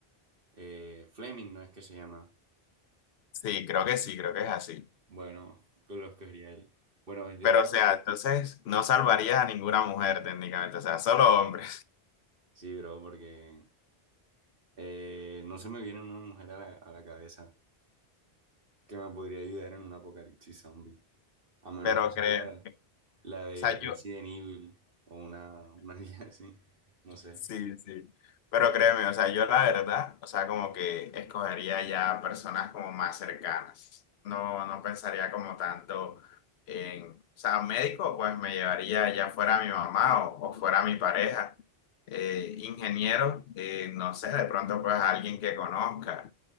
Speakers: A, on the right; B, on the left.
A: eh, Fleming, ¿no es que se llama?
B: Sí, creo que sí, creo que es así.
A: Bueno, que lo escogería él. Bueno, yo
B: Pero,
A: te...
B: o sea, entonces no salvarías a ninguna mujer técnicamente, o sea, solo hombres.
A: Sí, bro, porque eh, no se me viene una mujer a la, a la cabeza que me podría ayudar en un apocalipsis zombie, a menos
B: Pero
A: que sea
B: creo,
A: la,
B: o
A: la de
B: sea,
A: Resident
B: yo,
A: Evil o una, una <laughs> guía así, no sé.
B: Sí, sí. Pero créeme, o sea, yo la verdad, o sea, como que escogería ya personas como más cercanas. No, no pensaría como tanto en, o sea, médico, pues me llevaría ya fuera mi mamá o, o fuera mi pareja. Eh, ingeniero, eh, no sé, de pronto pues alguien que conozca.